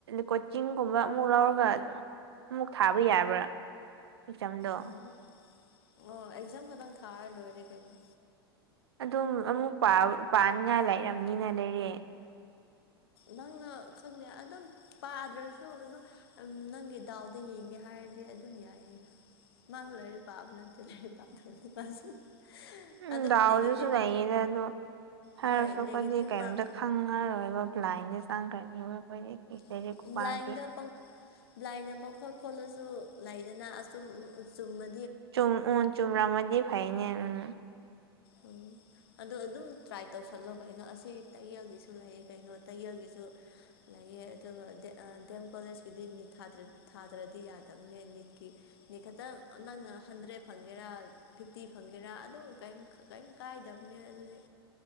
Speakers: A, on the right; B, on the left.
A: ꯀꯣꯆꯤꯡꯒꯨꯝꯕ ꯑꯃꯨꯛ ꯂꯧꯔꯒ ꯑꯃꯨꯛ ꯊꯥꯕ ꯌꯥꯕ꯭ꯔꯥ ꯑꯦꯛꯖꯥꯝꯗꯣ
B: ꯎꯝ ꯑꯣ ꯑꯦꯛꯖꯥꯝ ꯈꯛꯇꯪ ꯊꯥꯔ ꯂꯣꯏꯔꯦ ꯀꯩꯅꯣ
A: ꯑꯗꯨꯝ ꯑꯃꯨꯛ ꯄꯥ ꯄꯥꯅꯤꯡꯉꯥꯏ ꯂꯩꯔꯕꯅꯤꯅ ꯂꯩꯔꯦ <inaudible>
B: ꯅꯪꯅ ꯈꯪꯗꯦ ꯑꯗꯨꯝ ꯄꯥꯗ꯭ꯔꯁꯨ ꯑꯗꯨꯝ ꯅꯪꯒꯤ ꯗꯥꯎꯗ ꯌꯦꯡꯒꯦ ꯍꯥꯏꯔꯗꯤ ꯑꯗꯨꯝ ꯌꯥꯏ
A: <inaudible>
B: ꯃꯥꯁꯨ ꯂꯥꯏꯔꯤꯛ ꯄꯥꯕ ꯅꯠꯇꯦ ꯂꯥꯏꯔꯤꯛ ꯄꯥꯗꯕꯅꯦ ꯃꯥꯁꯨ
A: ꯎꯝ
B: ꯑꯗꯨꯝ
A: ꯗꯥꯎꯗꯁꯨ
B: ꯅꯦꯒꯦꯇꯤꯞ
A: ꯂꯌꯦꯗ ꯑꯗꯣ ꯍꯥꯏꯔꯁꯨ
B: ꯍꯣꯏ ꯅꯦꯒꯦꯇꯤꯞ
A: ꯈꯣꯏꯗꯤ ꯀꯦꯝꯇ
B: ꯃꯥꯔꯛ
A: ꯈꯪꯉꯔꯣꯏꯕ ꯕ꯭ꯂꯥꯏꯟꯗ ꯆꯪꯈ꯭ꯔꯅꯤꯕ ꯑꯩꯈꯣꯏꯗꯤ ꯂꯥꯏꯔꯤꯛ
B: ꯥ
A: ꯈꯨꯄꯥꯗꯤ
B: ꯕ꯭ꯂꯥꯏꯟꯗ ꯄꯪꯈꯣ ꯕ꯭ꯂꯥꯏꯟꯗ ꯄꯪꯈꯣ ꯈꯣꯠꯂ꯭ꯖ ꯗꯨ ꯂꯩꯥꯏꯗꯅ ꯑꯁꯨꯝ ꯆꯨꯝꯃ
A: ꯆꯨꯝ ꯎꯝ ꯆꯨꯝꯔꯥ ꯃꯗꯤ ꯐꯩꯅꯦ ꯎꯝ
B: ꯎꯝ ꯑꯗꯣ ꯑꯗꯨꯝ ꯇ꯭ꯔꯥꯏ ꯇꯧꯁꯜꯂꯣ ꯀꯩꯅꯣ ꯑꯁꯤ ꯇꯌꯦꯜꯒꯤꯁꯨ ꯂꯩ ꯀꯩꯅꯣ ꯇꯌꯦꯜꯒꯤꯁꯨ ꯂꯩꯑꯦ ꯑꯗꯨꯒ ꯗꯦꯝ ꯀꯣꯂꯦꯖꯀꯤꯗꯤ ꯅꯤꯠ ꯊꯥꯗ꯭ꯔꯗꯤ ꯌꯥꯗꯕꯅꯦ ꯅꯤꯠꯀꯤ ꯅꯤꯈꯇꯪ ꯅꯪꯅ ꯍꯟꯗ꯭ꯔꯦꯠ ꯐꯪꯒꯦꯔꯥ ꯐꯤꯐꯇꯤ ꯐꯪꯒꯦꯔꯥ ꯑꯗꯨꯝ ꯀꯔꯤꯝ ꯀꯩꯝ ꯀꯥꯏꯗꯕꯅꯦ ꯑꯗꯨꯗꯤ